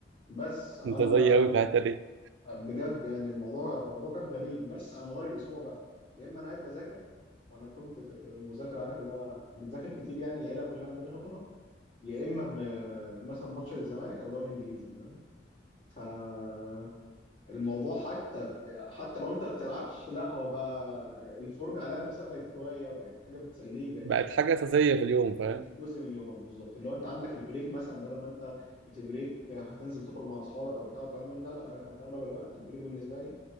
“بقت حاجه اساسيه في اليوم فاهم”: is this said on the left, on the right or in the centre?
Right